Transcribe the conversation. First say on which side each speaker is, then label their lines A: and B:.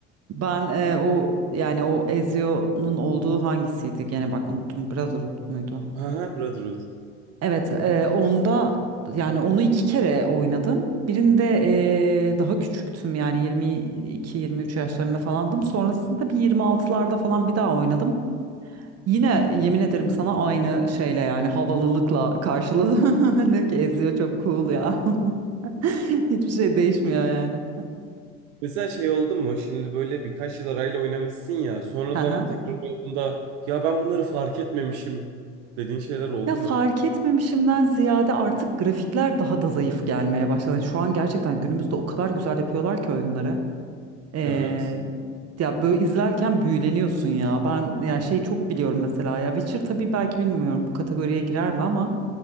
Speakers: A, on the right; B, on the right.
A: Ben e, o yani o Ezio'nun olduğu hangisiydi? Gene bak unuttum. Brotherhood muydu?
B: Aha Brotherhood.
A: Evet, e, onda yani onu iki kere oynadım. Birinde e, daha küçüktüm yani 22-23 yaşlarında falandım. Sonrasında bir 26'larda falan bir daha oynadım. Yine yemin ederim sana aynı şeyle yani havalılıkla karşıladım. <laughs> Dedim ki eziyor çok cool ya. <laughs> Hiçbir şey değişmiyor yani.
B: Mesela şey oldu mu? Şimdi böyle birkaç yıl arayla oynamışsın ya. Sonradan
A: Hı hı.
B: tekrar oynadığında ya ben bunları fark etmemişim dediğin şeyler oldu
A: Ya fark
B: mu?
A: etmemişimden ziyade artık grafikler daha da zayıf gelmeye başladı. Yani şu an gerçekten günümüzde o kadar güzel yapıyorlar ki oyunları. Ee,
B: Evet.
A: ya böyle izlerken büyüleniyorsun ya. Ben ya şey çok biliyorum mesela ya Witcher tabii belki bilmiyorum bu kategoriye girer mi ama